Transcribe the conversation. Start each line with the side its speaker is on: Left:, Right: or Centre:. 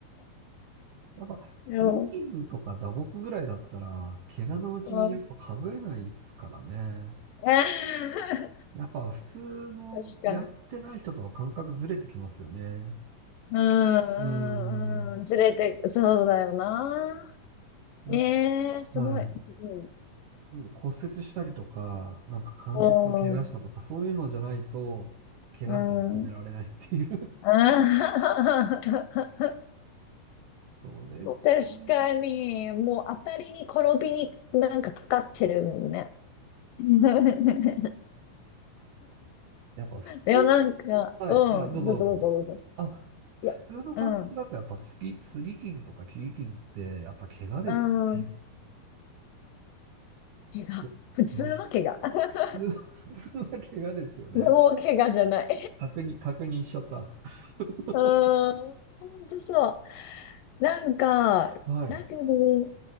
Right: やっぱ、
Left: い。<laughs> でも
Right: 擦り傷とか打撲ぐらいだったら、怪我のうちにやっぱ数えないですからね。
Left: うんね <laughs>
Right: やっぱ普通のやってない人とは感覚ずれてきますよね。
Left: 確かに。うん、
Right: うーん。
Left: うん、うん、ずれて、そうだよな。
Right: なんか、
Left: ええすごい。
Right: はい。
Left: うん
Right: うん骨折したりとか、なんか関節の怪我したとか、
Left: うん。
Right: そういうのじゃないと、怪我って認められないっていう。
Left: うん。あー <laughs>
Right: <laughs> それ、
Left: 確かに、
Right: それね
Left: もう当たりに転びになんかかかってるよね。<laughs>
Right: やっぱ普通、
Left: いや、なんか、
Right: はい。
Left: うん、
Right: あ、どうぞどうぞ。
Left: どうぞどうぞどうぞ。
Right: あ、普通の感覚だとやっぱすり、
Left: いや、うん、
Right: すり傷とか切り傷って、やっぱ怪我ですよね。
Left: うん、うん、怪我。
Right: お気持ち
Left: 普通は怪我。<laughs>
Right: <laughs> 普通は怪我ですよね。
Left: もう怪我じゃない。
Right: 確認、確認しちゃった。<laughs>
Left: <laughs> うん、ほんとそう。なんか、
Right: はい。
Left: ラグビー